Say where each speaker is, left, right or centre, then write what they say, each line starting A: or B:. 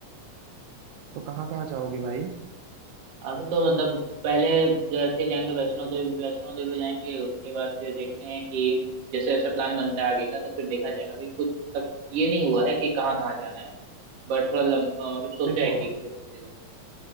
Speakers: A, on the right; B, on the right.
A: तो कहाँ कहाँ जाओगे भाई
B: अभी तो मतलब पहले जैसे जाएंगे वैष्णो देवी वैष्णो देवी जाएंगे उसके बाद फिर देखते हैं कि जैसे जैसे प्लान बनता है आगे का तो फिर देखा जाएगा अभी कुछ मतलब ये नहीं हुआ है कि कहाँ कहाँ जाना है बट थोड़ा लम, अ, मतलब सोचा
A: देखो
B: है कि फिर जगह